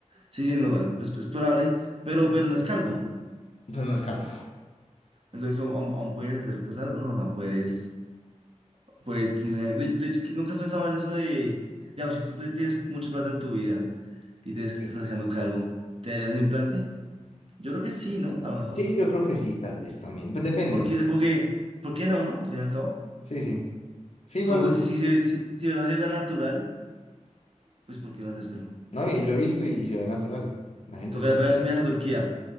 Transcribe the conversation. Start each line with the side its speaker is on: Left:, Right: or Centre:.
Right: Sí, sí, no, eh, pues es probable, pero, pero no es calvo.
Left: Pero no escapa.
Right: Entonces aún, aún- aún puedes hacer pues algo, ¿no? O sea, puedes, pues, no sé, de- de hecho, que ¿nunca has pensado en eso de, digamos, si tú te- tienes mucha plata en tu vida y te ves que
Left: Sí,
Right: te estás quedando calvo, ¿te harías un implante? Yo creo que sí, ¿no? A lo mejor.
Left: Sí, yo creo que sí, tal vez también. Pues depende.
Right: Porque, o sea, como que, ¿por qué no, no? Al fin y al cabo.
Left: Sí, sí. Sí, igual,
Right: Como pues si, si, si, si de verdad se da natural, pues ¿por qué no hacérselo?
Left: ¿no? Y lo he visto y, y se ve natural. La gente
Right: Tocaría
Left: se...
Right: pegarse un viaje a Turquía.